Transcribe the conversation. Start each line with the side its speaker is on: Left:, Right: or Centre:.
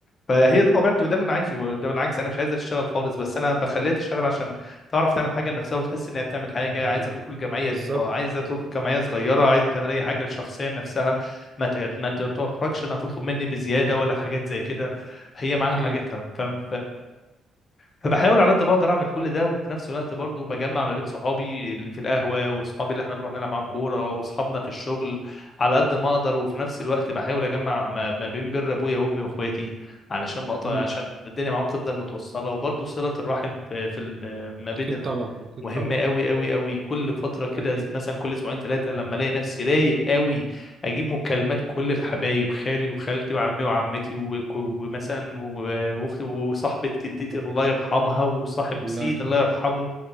Left: فهي
Right: مم.
Left: ده طبيعتي وده اللي انا عايزه ده بالعكس انا مش عايزها تشتغل خالص بس انا بخليها تشتغل عشان تعرف تعمل حاجه لنفسها وتحس انها بتعمل حاجه
Right: مم.
Left: عايزه تدخل جمعيه
Right: بالظبط
Left: عايزه تدخل جمعيه صغيره عايزه تعمل اي حاجه شخصيه لنفسها ما ت- ما تحرجش انها تطلب مني بزياده ولا حاجات زي كده هي معاها
Right: اكيد
Left: حاجتها فاهم فبحاول على قد ما اقدر اعمل كل ده وفي نفس الوقت برضه بجمع ما بين صحابي اللي في القهوه واصحابي اللي احنا بنروح نلعب معاهم كوره واصحابنا في الشغل على قد ما اقدر وفي نفس الوقت بحاول اجمع ما ما بين بر ابويا وامي واخواتي علشان ما اقطع
Right: مم.
Left: عشان الدنيا معاهم تفضل متوصله وبرضه صله الرحم في في ال- ما بين
Right: اكيد
Left: ال-
Right: طبعا اكيد
Left: مهمه
Right: طبعا
Left: قوي قوي قوي كل فتره كده
Right: اكيد
Left: مثلا كل اسبوعين ثلاثه لما الاقي نفسي رايق قوي اجيب مكالمات كل الحبايب خالي وخالتي وعمي وعمتي و- ومثلا و- واختي وصاحبه جدتي الله يرحمها وصاحب
Right: الله
Left: سيد
Right: يرحمه
Left: الله يرحمه